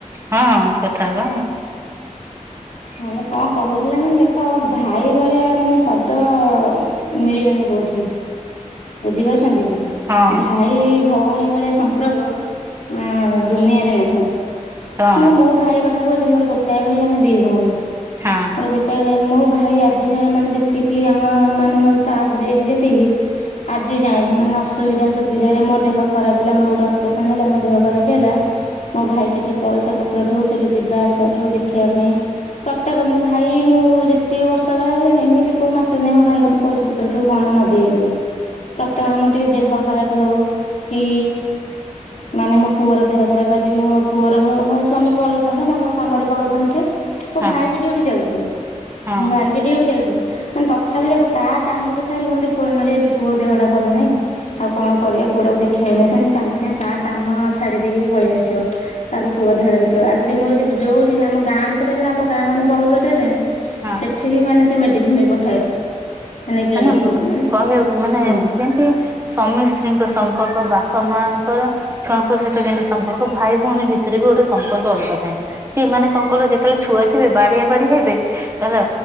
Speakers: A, on the right (about 20°); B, on the left (about 70°).
A: ହଁ କଥା ହବା।
B: ମାନେ କଁ କହୁଥିଲେ ମାନେ ଦେଖ ଭା ଭାଇ ଭଳିଆ ମାନେ ଶବ୍ଦ ମିଳିବେନି କୋଉଁଠି ବୁଝିପାରୁଚନ୍ତିକି
A: ହଁ
B: ଭା ଭାଇ ଭଉଣୀ ଭଳିଆ ସମ୍ପର୍କ ଅଁ ଦୁନିଆରେ ନାହିଁ
A: ହଁ
B: ମୁଁ ମୋ ମୋ ଭାଇ କଥା କହୁଚି ମୋର ଗୋଟାଏ ଭାଇ ଆମେ ଦି ଭଉଣୀ
A: ହଁ
B: ମୋର ଗୋଟାଏ ଭାଇ ମୋଭାଇ ଆ ଆଜି ଯାଏ ମାନେ ଯେତିକି ଆମ ମାନେ ମତେ ସାତ୍ ଦେଇଚି ଯେତିକି ଆଜି ଯାଏଁବି ମାନେ ଅସୁବିଧା ସୁବିଧାରେ ମୋ ଦେହ ଖରାପ୍ ହେଲା ମୋର ଗୋଟେ ଅପରେସନ୍ ହେଲା ମୋ ଦେହ ଖରାପ୍ ହେଲା ମୋ ଭାଇ ସେଠି ପଇସା ପତ୍ରଠୁ ସେଠି ଯିବା ଆସି ଠୁ ଦେଖିବା ପାଇଁ ପ୍ରତ୍ୟେକ ମୋ ଭାଇ ମୁଁ ଯେତିକି ବର୍ଷ <unintelligible> ଏମିତି କଉ ମାସ ନାହିଁ ମୋ ଭାଇ ମତେ ପଇସା ପତ୍ରଠୁ କଣ ନଦିଏ ବୋଲି। ପ୍ରତ୍ୟେକ <unintelligible> ମୋର ଟିକେ ଦେହ ଖରାପ୍ ହଉ କି ମାନେ ମୋ ପୁଅର ଦେହ ଖରାପ୍ ଆଜି ମୋ ପୁଅର ମୋ ସ୍ଵାମୀ ପଳଉଛନ୍ତିନା ତାଙ୍କ କାମରେ ପଳଉଛନ୍ତି ସେ ମୋ
A: ହଁ
B: ଭାଇବି ଡିଉଟି ଯାଉଚି
A: ହଁ
B: ମୋ ଭାଇବି ଡ଼ିଉଟି ଯାଉଚି ମାନେ ତ ତଥାପି ଦେଖ ତାକାମକୁ ଛାଡ଼ି ମୋତେ ଫୋନ୍ ମାରିବ ଆଜି ପୁଅ ଦେହଟା ଭଲ ନାହିଁ ଆଉ କଣ କରିବା ପୁଅଟାକୁ ଦେଖିବା ନେଇଥାନ୍ତି ସାଙ୍ଗେ ସାଙ୍ଗେ ତାକାମ ଛାଡ଼ି ଦେଇକିବି ପଳେଇ ଆସିବ। ତାକୁ ପୁଅ ଦେହଟା ଦେଖିବ ଆଉଦି ମୁଁ ଯଦି ଯୋଉଠି ଆମ ଗାଁକୁ ଥରେ ହେଲେ ଆମ ଗାଁ ମାନେ ବହୁତ୍ ବାଟ ହେଲାଣି
A: ହଁ।
B: ସେଠିକି ମାନେ ସେ ମେଡ଼ିସିନବି ପଠାଏ। କିଣିକି
A: ମାନେ
B: ମାନେ
A: କହିବାକୁ ମାନେ
B: ହଁ।
A: ଯେମିତି ସ୍ୱାମୀ ସ୍ତ୍ରୀଙ୍କ ସମ୍ପର୍କ ବାପା ମା ଙ୍କର ଛୁଆଙ୍କ ସହିତ ଯେମିତି ସମ୍ପର୍କ ଭାଇ ଭଉଣୀ ଭିତରେବି ଗୋଟେ ସମ୍ପର୍କ ଅଲଗା ଥାଏ। ସିମାନେ କଣ କଇଁଲ ଯେତେବେଳେ ଛୁଆ ଥିବ ବାଡ଼ିଆ ବାଡ଼ି ହେବେ ହେଲା